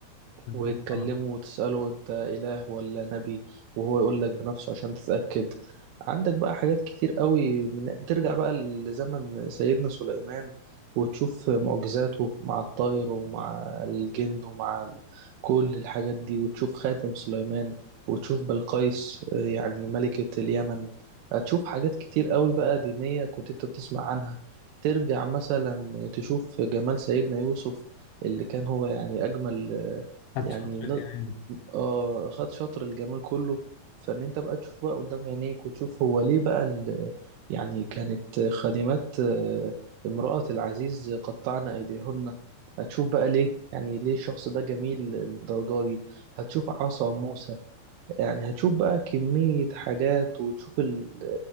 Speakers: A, on the left; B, on the right.
A: آه،
B: وتكلمه
A: طبعا
B: وتسأله أنت إله ولا نبي وهو يقول لك بنفسه عشان تتأكد عندك بقى حاجات كتير قوي من... ترجع بقى لزمن سيدنا سليمان وتشوف معجزاته مع الطير ومع الجن ومع ال- كل الحاجات دي وتشوف خاتم سليمان وتشوف بلقيس آه، يعني ملكة اليمن هتشوف حاجات كتير قوي بقى دينية كنت انت بتسمع عنها ترجع مثلا تشوف جمال سيدنا يوسف اللي كان هو يعني أجمل
A: خدت
B: يعني
A: شاطر
B: ن-
A: كمان
B: آه خد شطر الجمال كله فان انت بقى تشوف بقى قدام عينيك وتشوف هو ليه بقى ال... يعني كانت خادمات آه، امرأة العزيز قطعن ايديهن هتشوف بقى ليه يعني ليه الشخص ده جميل الدرجة دي هتشوف عصا موسى يعني هتشوف بقى كمية حاجات وتشوف ال...